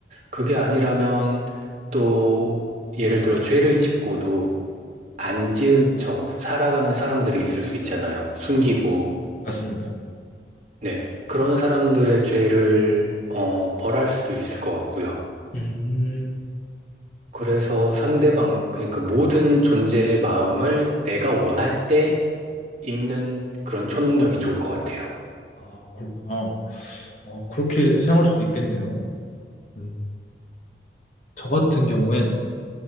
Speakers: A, on the right; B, on the left.
A: 그게 아니라면, 또, 예를 들어 죄를 짓고도, 안 지은 척 살아가는 사람들이 있을 수 있잖아요. 숨기고.
B: 맞습니다.
A: 네. 그런 사람들의 죄를, 어, 벌할 수도 있을 것 같고요.
B: 음,
A: 그래서 상대방, 그러니까 모든 존재의 마음을 내가 원할 때 읽는 그런 초능력이 좋을 것 같아요.
B: 아, 그렇구나. 어, 그렇게 생각할 수도 있겠네요. 음, 저 같은 경우엔